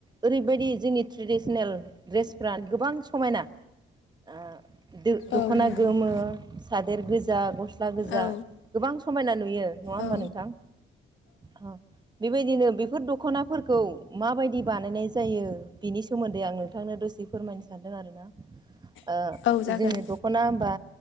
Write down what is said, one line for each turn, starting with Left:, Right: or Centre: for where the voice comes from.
Right: ओरैबायदि जोंनि ट्रेडिसनेल ड्रेसफ्रा गोबां समायना ओ दो दख'ना
Left: औ नोंथां
Right: गोमो, सादेर गोजा गस गस्ला गोजा
Left: औ
Right: गोबां समायना नुयो नङा होमबा
Left: औ
Right: नोंथां औ बेबायदिनो बे बेफोर दख'नाफोरखौ माबायदि बानायनाय जायो बिनि सोमोन्दै आं नोंथांनो दसे फोरमायनो सानदों आरोना ओ
Left: औ जागोन
Right: जोंनि दख'ना होमबा